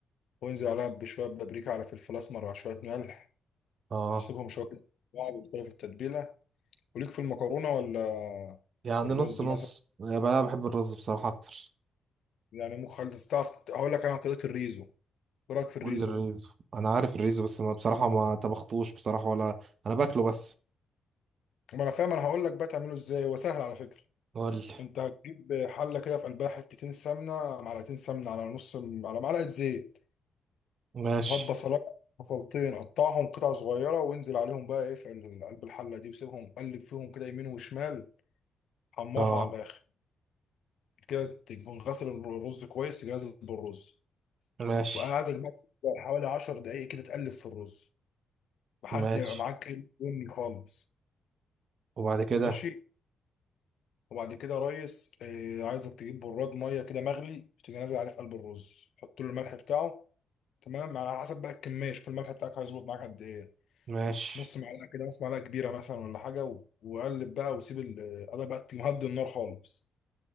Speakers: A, on the left; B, on the right.
A: وانزل عليها بشوية بابريكا على فلفل أسمر على شوية ملح
B: اه
A: سيبهم شوية كده بعض يدخلوا في التتبيلة وليك في المكرونة ولا
B: يعني
A: في الرز
B: نص نص
A: مثلا
B: يا بقى أنا بحب الرز بصراحه اكتر
A: يعني ممكن خالص تعرف هقول لك أنا عن طريقة الريزو إيه رأيك في الريزو
B: قول لي الريزو انا عارف الريزو بس ما بصراحه ما طبختوش بصراحه ولا انا باكله بس
A: ما أنا فاهم أنا هقول لك بقى تعمله إزاي هو سهل على فكرة
B: قول لي.
A: أنت هتجيب حلة كده في قلبها حتتين سمنة معلقتين سمنة على نص على معلقة زيت
B: ماشي
A: وهات بصلايه بصلتين قطعهم قطع صغيره وانزل عليهم بقى ايه في ال- قلب الحله دي وسيبهم قلب فيهم كده يمين وشمال حمرها
B: اه
A: على الاخر كده تكون غسل الرز كويس تيجي نازل بالرز
B: ماشي
A: وانا عايزك بقى تبدأ حوالي 10 دقائق كده تقلب في الرز لحد
B: ماشي
A: ما يبقى معاك ايه بني خالص
B: وبعد كده
A: ماشي وبعد كده يا ريس آه عايزك تجيب براد ميه كده مغلي تيجي نازل عليه في قلب الرز حط له الملح بتاعه تمام على حسب بقى الكميه شوف الملح بتاعك هيظبط معاك قد ايه
B: ماشي
A: نص معلقه كده نص معلقه كبيره مثلا ولا حاجه و- وقلب بقى وسيب ال- قلب بقى تهدي النار خالص